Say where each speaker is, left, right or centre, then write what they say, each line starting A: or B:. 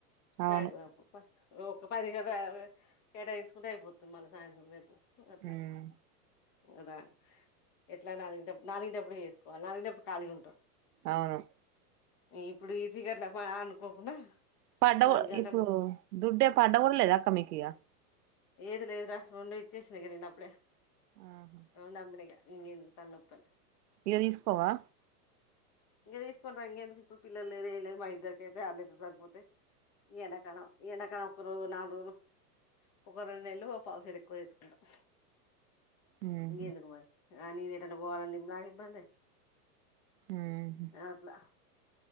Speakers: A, on the right; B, on the left.
A: అవును
B: సాయింత్రం అపుడు పా ఒక పదిహేల కేటాయించుకుంటే అయిపోతుంది. మళ్ళీ సాయంత్రం రేపు అలా
A: మ్మ్
B: అదా ఎట్లా న బ్ నాలుగు డబ్ ఇయదు కొ అ కాలిగా ఉంట
A: అవును
B: ఇప్పుడు ఇదిగర్ల అనుకోకుండా
A: పడ్డ
B: నాలుగు గంటప్పుడు
A: ఇప్పుడు దుడ్డే పడ్డ కూడలేదాక్క మీకు ఇక.
B: ఏదు లేదురా రెండు ఇచ్చేసినక నేను అప్పుడే
A: ఆహా
B: అవు నామ్నగా ఇం ఎందుకు తన్నప్పను
A: ఇక తీసుకోవా
B: ఇంకా తీసుకుంటారు ఇంకేందుకు ఇప్పుడు పిల్లలుదు ఏం లేదు మా ఇద్దరికయితే అర్లయితే సరిపోతే ఈ ఎండాకాలం ఈ ఎండాకాలం ఒక రోజు నాలుగు రోజులు ఒక రెండు నెళ్ళు పావుసడ్ ఎక్కువ తీసుకుంటాం
A: మ్మ్
B: గేందకుమార్ ఆ నీనే ఏట పోవాలని నాకి ఇబ్వే
A: హ్మ్
B: అట్లా